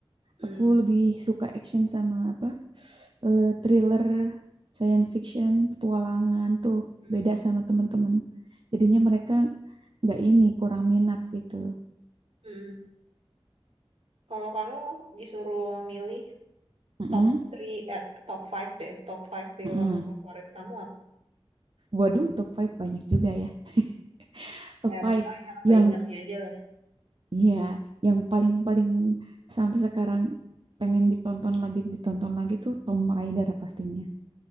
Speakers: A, on the right; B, on the right.
A: Hmm.
B: Aku lebih suka action sama apa? eh, thriller, science fiction, petualangan tuh
A: Hmm.
B: beda sama teman-teman. Jadinya mereka nggak ini kurang minat gitu.
A: Hmm. Kalau kamu disuruh milih
B: Mm-mm,
A: top three, eh top five deh, top five film
B: mm-mm.
A: favorit kamu apa?
B: Waduh, top five banyak juga ya. <laughs> Top
A: Ya,
B: five
A: tengah yang
B: yang
A: seingetnya aja lah.
B: ya yang paling-paling sampai sekarang pengen ditonton lagi ditonton lagi tuh Tom Raider pastinya.